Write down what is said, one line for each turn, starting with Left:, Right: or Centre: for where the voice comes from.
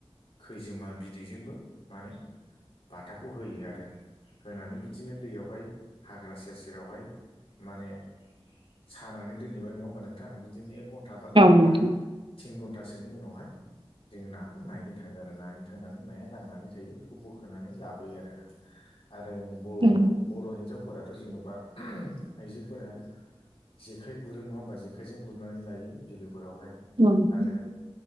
Left: खैजोमा बिदैजोंबो माने बाथाखौ होयो आरो होनानै बिदिनो दैयावहाय हाग्रा सेर सेरावहाय माने सानानै दोनहैबाय नङा होमबा नोंथां बिदिनो घन्टा बा दुइ घन्टा
Right: नोंथां
Left: थिन घन्टासोनि उनावहाय जोङो नाखौ नायनो थाङो आरो नायनो थांनानै नाया नांनानै थायो बेखौ बोखोनानै लाबोयो आरो ना आरो बर
Right: औ
Left: बर' हिनजावफोराथ' जेन'बा आइजोफोरा जेखाइ गुरो नङा होमबा जेखाइजों गुरनानै लायो बिलोफोरावहाय
Right: नोंथां
Left: आरो